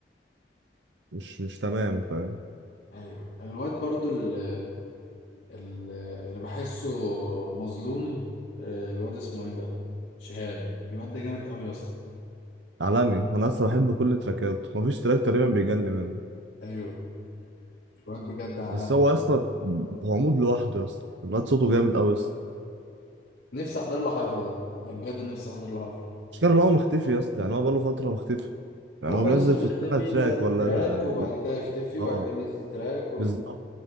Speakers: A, on the right (about 80°); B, on the left (about 80°).
A: مش مش تمام فاهم
B: ايوه الواد برضو اللي, اللي, اللي بحسه مظلوم آه، الواد اسمه ايه ده شهاب الواد ده جامد قوي يا اسطى
A: عالمي أنا أصلا بحب كل تراكاته مفيش تراك تقريبا بيجلي منه
B: ايوه الواد بجد عالمي
A: بس هو يا اسطى عمود لوحده يا اسطى الواد صوته جامد قوي يا اسطى
B: نفسي احضر له حفلة ده يعني بجد نفسي احضر له حفلة
A: مش كان هو مختفي يا اسطى يعني هو بقاله فتره مختفي يعني
B: هو
A: هو بينزل
B: يا اسطى بيختفي
A: في السنه تراك
B: ينزل
A: ولا
B: تراك وبعد كده يختفي
A: اه
B: وبعد
A: آه،
B: كده ينزل تراك و...
A: بالظبط